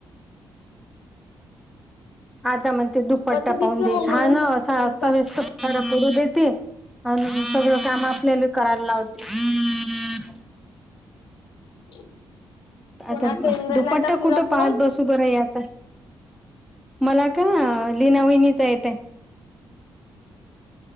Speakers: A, in the centre; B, on the left.
A: आता म्हणते दुपट्टा
B: असं
A: पाहून
B: दिसलं
A: दे
B: मग
A: हा
B: म्हणून
A: ना <unintelligible>
B: विचार
A: खर पडू देते आणि सगळं काम आपल्याला करायला लावते.
B: <inaudible> कोणाचा
A: आता
B: येऊन राहिला
A: दुपट्टा
B: आता तुला
A: कुठं
B: फोन
A: पाहत बस बर याचा, मला का लिनावहिनीचा येतय.